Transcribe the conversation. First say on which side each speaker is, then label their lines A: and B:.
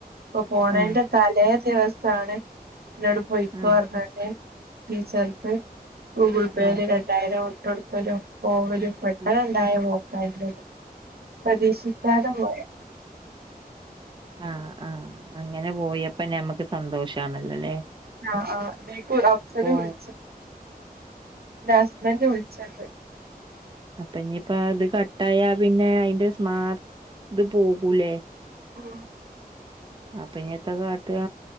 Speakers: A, on the right; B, on the right.
A: ഇപ്പൊ പോണേന്റെ
B: ആഹ്
A: തലേ ന്റെ അവസ്ഥാണ്- ഇജാണ്ട് പോയിക്കോ
B: ആഹ്
A: പറഞ്ഞാല് ടീച്ചർക്ക്- ഗൂഗിൾ പേയില്
B: ആഹ്
A: രണ്ടായിരം- കൊടുക്കലും പോവലും പെട്ടെണ
B: ആഹ്
A: ഇണ്ടായ പോ ഹൈ ബ്രഡ് പ്രതീക്ഷിക്കാത പോയെ
B: ആ ആ അങ്ങനെ പോയപ്പം ഞമ്മക്ക് സന്തോഷാണല്ലോല്ലേ
A: ആ ആ ഇതീക്കൊ അഫ്സൽ
B: ഓ
A: വിൾച്ചീണ്ട് ഇന്റെ ഹസ്ബൻഡ് വിൾച്ച്ണ്ട്
B: അപ്പാ ഇനിയിപ്പാത് കട്ടായ പിന്നെ അയിന്റെ സ്മാർ ത് പോകൂലേ
A: ഉം
B: അപ്പ ഇനിയെത്താ കാട്ടാ